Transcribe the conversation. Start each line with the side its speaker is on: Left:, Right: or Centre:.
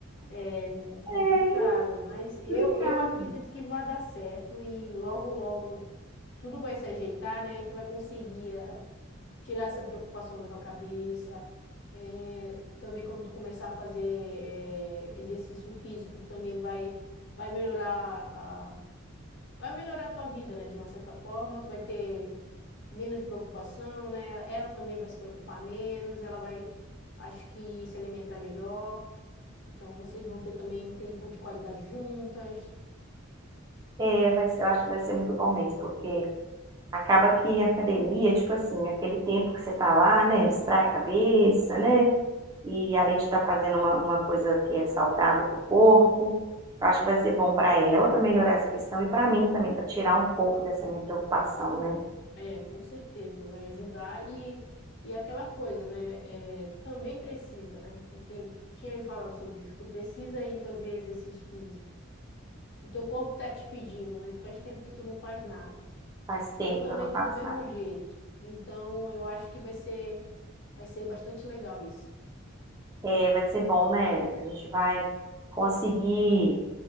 Left: É complicado,
Right: É
Left: mas
Right: complicado.
Left: eu, eu acredito que vai dar certo e logo, logo tudo vai se ajeitar, né? E tu vai conseguir eh, tirar essa preocupação da tua cabeça. Eh, também quando tu começar a fazer eh, exercício físico, também vai, vai melhorar a, vai melhorar a tua vida, né? De uma certa forma, tu vai ter menos preocupação, né? Ela também vai se preocupar menos, ela vai, acho que se alimentar melhor. Então vocês vão ter também um tempo de qualidade juntas.
Right: É, vai- eu acho que vai ser muito bom mesmo, porque acaba que a academia, tipo assim, aquele tempo que você tá lá, né, distrai a cabeça, né? e além de estar fazendo uma, uma coisa que é saudável para o corpo, eu acho que vai ser bom para ela, para melhorar essa questão, e para mim também, para tirar um pouco dessa minha preocupação, né?
Left: É, com certeza, vai ajudar. E, e aquela coisa, né? é, tu também precisa, né? Tu, tem, tu tinha me falado sobre isso, que tu precisa ir fazer exercício físico, que teu corpo tá te pedindo, né? Que faz tempo que tu não faz nada.
Right: Faz tempo
Left: Eu também
Right: que eu não faço
Left: tô do mesmo
Right: nada.
Left: jeito. Então eu acho que vai ser, vai ser bastante legal isso.
Right: É, vai ser bom, né? A gente vai conseguir